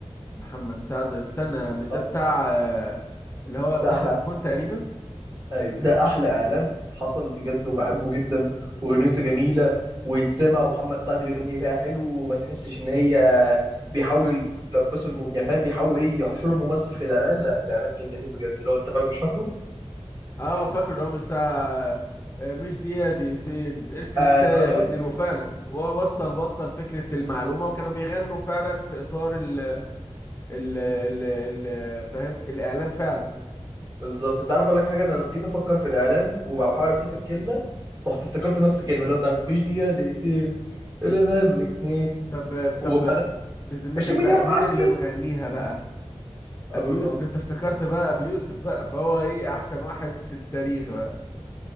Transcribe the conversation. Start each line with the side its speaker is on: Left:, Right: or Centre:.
Left: محمد سعد استنى مش ده
Right: آه،
Left: بتاع آه اللي هو بتاع
Right: ده أحلى
Left: فودافون تقريبا
Right: ايوه ده احلى اعلان حصل بجد وبحبه جدا واغنيته جميله ويتسمع ومحمد سعد بيغني فيها حلو وما تحسش ان هي بيحاولوا يلبسوا الم... يعني فاهم بيحاولوا ايه يحشروا الممثل في الاعلان لا الاعلان كان جميل بجد لو انت فاكر مش فاكره
Left: اه فاكره اللي هو مش بتاع آه مش دقيقة دقيقتين الفلكساية
Right: ايوه انا
Left: باتنين
Right: برضه فاكر
Left: وفعلا ووصل وصل فكرة المعلومة وكانوا بيغنوا فعلا في اطار ال ال ال ال- فاهم الاعلان فعلا
Right: بالظبط انت عارف اقول لك حاجه انا لما جيت افكر في الاعلان وبحاول افتكر كلمه رحت افتكرت نفس الكلمه اللي هو بتاعت مش دقيقه دقيقتين اللي انا بالاتنين
Left: طب
Right: وبعدين
Left: طب بذمتك
Right: 20
Left: بقى
Right: مليون وعدي
Left: مين اللي مغنيها بقى
Right: أبو...
Left: ابي يوسف انت افتكرت بقى ابي يوسف بقى فهو ايه احسن واحد في التاريخ بقى